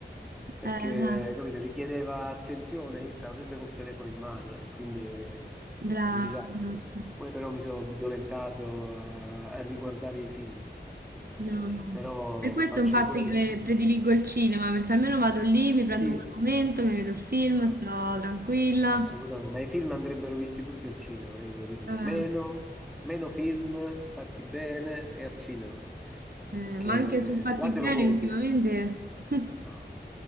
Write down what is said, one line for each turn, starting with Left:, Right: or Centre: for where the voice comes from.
Centre: perché,
Right: Eh, esatto,
Centre: capito, richiedeva attenzione, io stavo sempre col telefono in mano e quindi è
Right: brava,
Centre: un disastro.
Right: esatto.
Centre: Poi però mi sono violentato a, a riguardare i film,
Right: No,
Centre: Eh,
Right: no.
Centre: però
Right: Per questo
Centre: faccio
Right: è un fatto
Centre: ancora difficoltà.
Right: che prediligo il cinema, perché almeno vado lì, mi prendo
Centre: Sì,
Right: quel momento, mi vedo il film,
Centre: ma-
Right: sto tranquilla.
Centre: assolutamente, ma i film andrebbero visti tutti al cinema, io te lo dico
Right: Eh,
Centre: sempre. Meno, meno film fatti bene e al cinema,
Right: eh,
Centre: perché
Right: ma anche sul fatti
Centre: là te
Right: bene
Centre: lo godi.
Right: ultimamente. <laughs>
Centre: No,